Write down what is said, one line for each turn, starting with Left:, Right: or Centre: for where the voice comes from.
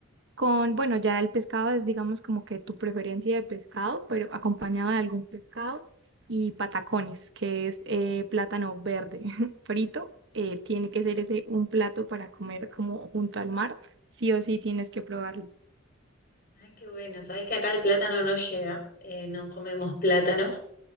Right: con, bueno, ya el pescado es, digamos, como que tu preferencia de pescado, pero acompañado de algún pescado y patacones, que es eh, plátano verde <laughs> frito. eh, tiene que ser ese un plato para comer como junto al mar. Sí o sí tienes que probarlo.
Left: Ay, qué bueno. Sabes que acá el plátano no llega, eh, no comemos plátano,